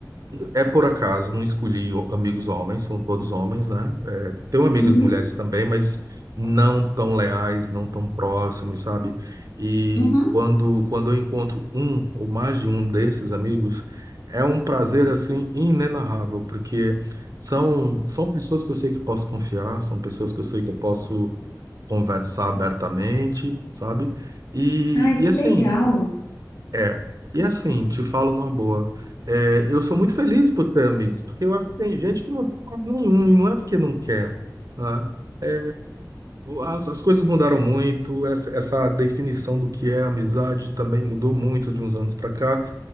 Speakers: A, on the right; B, on the left.
A: é por acaso, não escolhi o- amigos homens, são todos homens, né? É, tenho amigas
B: uhum,
A: mulheres também, mas não tão leais, não tão próximos, sabe? E
B: uhum.
A: quando, quando eu encontro um ou mais de um desses amigos, é um prazer assim inenarrável, porque são, são pessoas que eu sei que posso confiar, são pessoas que eu sei que eu posso conversar abertamente, sabe? E,
B: Ai,
A: e
B: que
A: assim,
B: legal.
A: é. E assim, te falo numa boa. É, eu sou muito feliz por ter amigos, porque eu acho que tem gente que não tem quase nenhum, e não é porque não quer, né? É, as, as coisas mudaram muito, essa, essa definição do que é amizade também mudou muito de uns anos para cá.